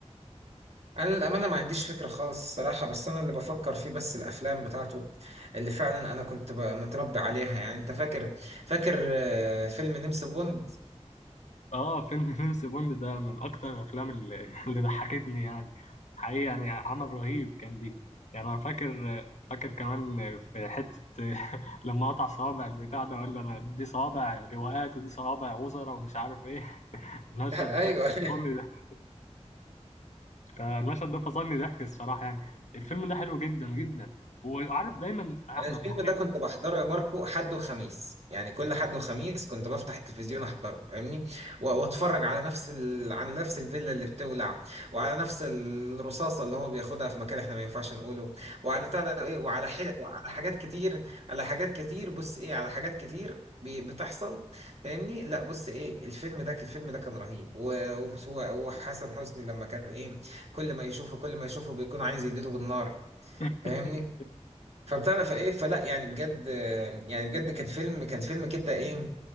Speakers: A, on the right; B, on the left.
A: انا للامانه ما عنديش فكره خالص الصراحه بس انا اللي بفكر فيه بس الافلام بتاعته اللي فعلا انا كنت ب- متربي عليها يعني انت فاكر فاكر آه، فيلم نمس بوند
B: اه فيلم <laughs> جيمس بوند ده من اكتر الافلام اللي, <laughs> اللي ضحكتني يعني حقيقي يعني عمل رهيب كان دي يعني انا فاكر فاكر كمان في حتة <laughs> لما قطع صوابع البتاع ده ولا انا دي صوابع لواءات ودي صوابع وزراء ومش عارف ايه <laughs> المشهد
A: <laughs> ايوه
B: ده
A: <laughs>
B: فصلني ضحك فالمشهد ده فصلني ضحك الصراحة يعني الفيلم ده حلو جدا جدا وعارف دايما احمد
A: الفيلم
B: يعني
A: ده كنت بحضره يا ماركو حد وخميس يعني كل حد وخميس كنت بفتح التلفزيون احضره فاهمني و- واتفرج على نفس ال... على نفس الفيلا اللي بتولع وعلى نفس الرصاصه اللي هو بياخدها في مكان احنا ما ينفعش نقوله وعلى بتاع ده ايه وعلى حل... وعلى حاجات كتير على حاجات كتير بص ايه على حاجات كتير بي- بتحصل فاهمني لا بص ايه الفيلم ده الفيلم ده كان رهيب و... و... وحسن حسني لما كان ايه كل ما يشوفه كل ما يشوفه بيكون عايز يديله بالنار
B: <laughs>
A: فاهمني فبتعرف ايه فلا يعني بجد يعني بجد كان فيلم كان فيلم كده ايه